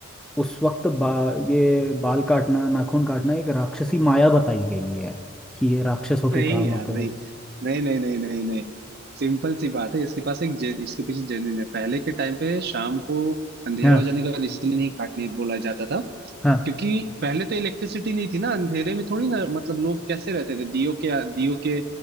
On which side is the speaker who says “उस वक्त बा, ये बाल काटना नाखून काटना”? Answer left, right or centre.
Centre